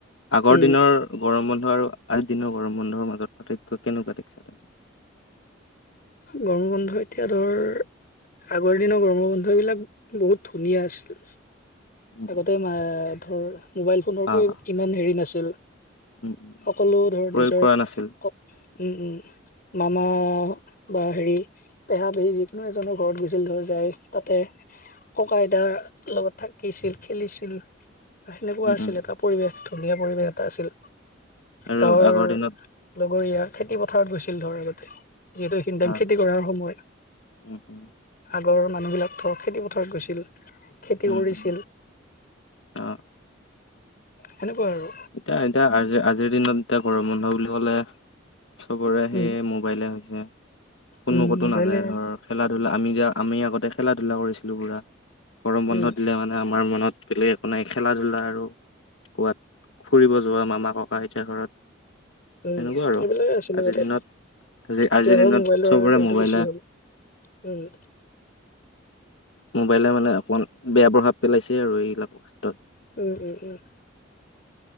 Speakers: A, on the left (about 75°); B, on the left (about 50°).
A: আগৰ
B: উম
A: দিনৰ গৰম বন্ধ আৰু আজি দিনৰ গৰম বন্ধৰ মাজত পাৰ্থক্য কেনেকুৱা দেখছা তুমি।
B: গৰম বন্ধ এতিয়া ধৰ আগৰ দিনৰ গৰমৰ বন্ধবিলাক বহুত ধুনীয়া আছিল।
A: উম
B: আগতে ম- ধৰ মোবাইল ফোনৰ প্ৰয়োগ
A: আহ
B: ইমান হেৰি নাছিল।
A: উম উম
B: সকলো ধৰ
A: প্ৰয়োগ
B: নিজৰ
A: কৰা নাছিল
B: ক উম, উম মামা বা হেৰি পেহা পেহী যিকোনো এজনৰ ঘৰত গৈছিল ধৰি যায় তাতে ককা আইতা তাৰ লগত থাকিছিল, খেলিছিল বা সেনেকুৱা
A: উম
B: আছিল
A: উম
B: এটা পৰিৱেশতো। ধুনীয়া পৰিৱেশ এটা আছিল,
A: আৰু
B: গাঁৱৰ
A: আগৰ দিনত
B: লগৰীয়া খেতি পথাৰত গৈছিল ধৰ আগতে, যিহেতু এইখিনি টাইম
A: আহ
B: খেতি কৰাৰ সময়।
A: উম উম
B: ঘৰৰ মানুহবিলাক ধৰ খেতি পথাৰত গৈছিল, খেতি
A: উম
B: কৰিছি
A: উম অ'।
B: সেনেকুৱা আৰু।
A: এতিয়া এতিয়া আজি আজিৰ দিনত এতিয়া গৰম বন্ধ বুলি ক'লে চবৰে সেই
B: উম
A: মোবাইলে হৈছে। কোনো
B: উম
A: ক'তো
B: মোবাইলে
A: নাযায় ধৰ খেলা ধূলা আমি যে আমি আগতে খেলা ধূলা কৰিছিলোঁ পুৰা। গৰম
B: উম
A: বন্ধ দিলে মানে আমাৰ মনত বেলেগ একো নাই খেলা ধূলা আৰু ক'ৱাত ফুৰিব যোৱা মামা ককা আইতাৰ ঘৰত
B: উম'
A: এনেকুৱা আৰু।
B: সেইবিলাকে আছিলে
A: আজিৰ
B: আগতে,
A: দিনত আজি আজিৰ
B: এতিয়া ধৰ
A: দিনত
B: মোবাইলৰ
A: চবৰে
B: হেৰিটো
A: মোবাইলে
B: বেছি হ'ল। উম'
A: মোবাইলে মানে অকমান বেয়া প্ৰভাৱ পেলাইছে আৰু এইবিলাকৰ ক্ষেত্ৰত।
B: উম', উম', উম'